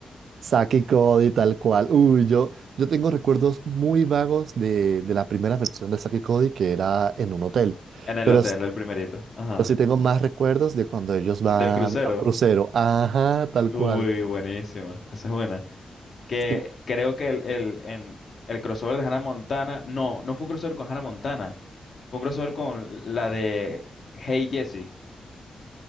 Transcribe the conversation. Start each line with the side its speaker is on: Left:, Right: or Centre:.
Right: Saki y Cody, tal cual. Uy, yo, yo tengo recuerdos muy vagos de, de la primera versión de Saki y Cody, que era en un hotel.
Left: En el
Right: Pero,
Left: hotel,
Right: s-
Left: el primerito. Ajá.
Right: pero sí tengo más recuerdos de cuando ellos van
Left: Del crucero.
Right: a un crucero. Ajá, tal
Left: Uy,
Right: cual.
Left: buenísimo. Esa es buena. que
Right: Sí,
Left: creo que el, el, en, el crossover de Hannah Montana, no, no fue un crossover con Hannah Montana, fue un crossover con la de Hey Jessie.